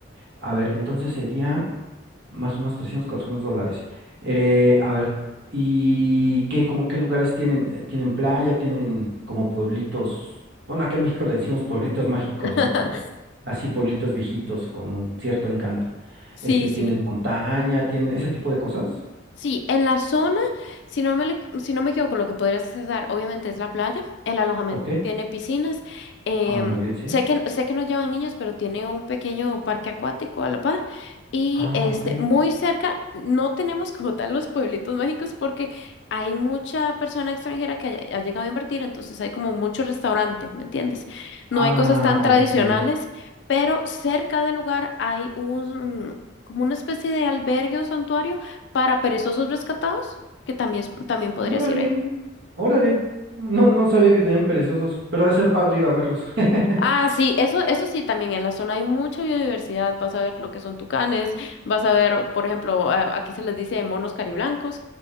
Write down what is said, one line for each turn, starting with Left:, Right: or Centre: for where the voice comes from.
Right: a ver, entonces sería más o menos 300 400 dólares. Eh, a ver, ¿y qué, como qué lugares tienen? Eh, ¿Tienen playa? ¿Tienen como pueblitos? Bueno, acá en México le decimos pueblitos mágicos,
Left: <laughs>
Right: ¿no? Como así pueblitos viejitos con un cierto encanto.
Left: Sí,
Right: Este, ¿tienen
Left: sí.
Right: montaña? ¿Tienen ese tipo de cosas?
Left: Sí, en la zona, si no me, le- si no me equivoco, lo que podrías accesar obviamente es la playa, el alojamiento
Right: Ok.
Left: tiene piscinas, em,
Right: Ah, muy bien, sí.
Left: sé que, sé que no llevan niños, pero tiene un pequeño parque acuático a la par y
Right: Ah,
Left: este,
Right: ok.
Left: muy cerca, no tenemos como tal los pueblitos mágicos porque hay mucha persona extranjera que ha, ha llegado a invertir, entonces hay como mucho restaurante, ¿me entiendes? No
Right: Ah,
Left: hay cosas tan
Right: ok.
Left: tradicionales, pero cerca del lugar hay un, como una especie de albergue o santuario para perezosos rescatados, que también, es- también podrías
Right: Órale,
Left: ir ahí.
Right: órale. No, no sabía que tenían perezosos, pero ha de ser padre ir a verlos. <laughs>
Left: Ah, sí, eso, eso sí, también en la zona hay mucha biodiversidad. Vas a ver lo que son tucanes, vas a ver, por ejemplo, a- aquí se les dice monos cariblancos,